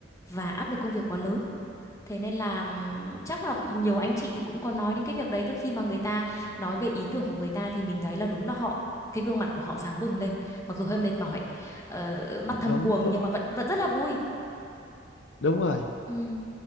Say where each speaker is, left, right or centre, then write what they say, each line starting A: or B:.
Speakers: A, on the left (about 15°); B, on the left (about 75°).
A: và áp lực công việc quá lớn Thế nên là ừm, chắc là nhiều anh chị thì cũng có nói đến cái việc đấy. Tức khi mà người ta nói về ý tưởng của người ta thì mình thấy là đúng là họ cái gương mặt của họ sáng bừng lên, mặc dù hơi mệt mỏi, ờ, mắt thâm
B: đúng
A: quầng nhưng mà vẫn vẫn rất là vui.
B: <laughs> đúng rồi
A: Ừm,